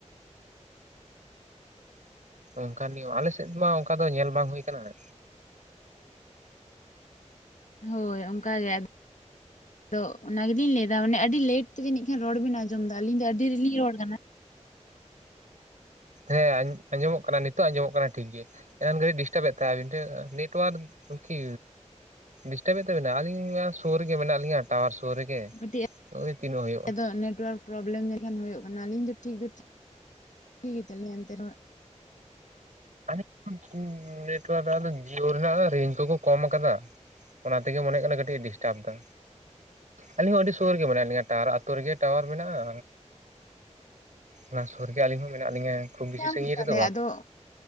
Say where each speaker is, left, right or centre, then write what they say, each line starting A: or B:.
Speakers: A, on the right (about 80°); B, on the left (about 80°).
A: ᱚᱱᱠᱟ ᱱᱤᱭᱟᱹ ᱟᱞᱮᱥᱮᱫ ᱢᱟ ᱚᱱᱠᱟ ᱫᱚ ᱧᱮᱞ ᱵᱟᱝ ᱦᱩᱭ ᱟᱠᱟᱱᱟ᱾
B: ᱦᱳᱭ ᱚᱱᱠᱟ ᱜᱮ ᱟ ᱟᱫᱚ ᱚᱱᱟᱜᱮᱞᱤᱧ ᱞᱟᱹᱭ ᱮᱫᱟ ᱢᱟᱱᱮ ᱟᱹᱰᱤ ᱞᱮᱹᱴ ᱛᱮᱜᱮ ᱡᱟᱹᱱᱤᱡ ᱠᱷᱟᱱ ᱨᱚᱲ ᱵᱮᱱ ᱟᱸᱡᱚᱢ ᱮᱫᱟ ᱟᱹᱞᱤᱧ ᱫᱚ ᱟᱹᱰᱤ ᱨᱮᱞᱤᱧ ᱨᱚᱲ ᱠᱟᱱᱟ᱾
A: ᱦᱮᱸ ᱟᱸᱡᱚᱢᱚᱜ ᱠᱟᱱᱟ ᱱᱤᱛᱚᱜ ᱟᱸᱡᱚᱢᱚᱜ ᱠᱟᱱᱟ ᱴᱷᱤᱠ ᱜᱮ᱾ ᱮᱱᱟᱱ ᱠᱟᱹᱴᱤᱡ ᱰᱤᱥᱴᱟᱵᱮᱫ ᱛᱟᱦᱮᱸᱫ ᱟᱹᱵᱤᱱ ᱴᱷᱮᱱ ᱱᱮᱴᱳᱣᱟᱨᱠ ᱠᱤ? ᱰᱤᱥᱴᱟᱵᱮᱫ ᱛᱟᱵᱮᱱᱟ, ᱟᱹᱞᱤᱧ ᱥᱳᱨ ᱨᱮᱜᱮ ᱢᱮᱱᱟᱜ ᱞᱤᱧᱟᱹ ᱴᱟᱣᱟᱨ ᱥᱳᱨ ᱨᱮᱜᱮ,
B: ᱠᱟᱹᱴᱤᱡ
A: ᱳᱭ ᱛᱤᱱᱟᱹᱜ ᱦᱚᱭᱳᱜᱼᱟ?
B: ᱟᱫᱚ ᱱᱮᱴᱣᱟᱨᱠ, ᱯᱨᱚᱵᱞᱮᱢ ᱡᱟᱹᱱᱤᱡ ᱠᱷᱟᱱ ᱦᱳᱭᱳᱜ ᱠᱟᱱᱟ ᱟᱹᱞᱤᱧ ᱫᱚ ᱴᱷᱤᱠ ᱫᱚ ᱴᱷᱤᱠ ᱜᱮᱛᱟᱞᱤᱧᱟ ᱮᱱᱛᱮᱦᱚᱸ
A: ᱟᱹᱱᱤᱡ ᱱᱮᱴᱣᱟᱨᱠ ᱫᱚ ᱡᱤᱭᱳ ᱨᱮᱱᱟᱜ ᱨᱮᱸᱧᱡ ᱠᱚᱠᱚ ᱠᱚᱢ ᱠᱟᱫᱟ᱾ ᱚᱱᱟᱛᱮᱜᱮ ᱢᱚᱱᱮ ᱦᱳᱭᱳᱜ ᱠᱟᱱᱟ ᱠᱟᱹᱴᱤᱡ ᱮ ᱰᱤᱥᱴᱟᱯ ᱮᱫᱟ᱾ ᱟᱹᱞᱤᱧ ᱦᱚᱸ ᱟᱹᱰᱤ ᱥᱳᱨ ᱜᱮ ᱢᱮᱱᱟᱜ ᱞᱤᱧᱟ ᱴᱟᱣᱟᱨ ᱟᱛᱳ ᱨᱮᱜᱮ ᱴᱟᱣᱟᱨ ᱢᱮᱱᱟᱜᱼᱟ᱾ ᱚᱱᱟ ᱥᱳᱨ ᱜᱮ ᱟᱹᱞᱤᱧ ᱦᱚᱸ ᱢᱮᱱᱟᱜ ᱞᱤᱧᱟ ᱠᱷᱩᱵ ᱵᱤᱥᱤ
B: ᱧᱟᱢ
A: ᱥᱟᱺᱜᱤᱧ
B: ᱜᱮᱛᱟᱞᱮ
A: ᱨᱮᱫᱚ ᱵᱟᱝ᱾
B: ᱟᱫᱚ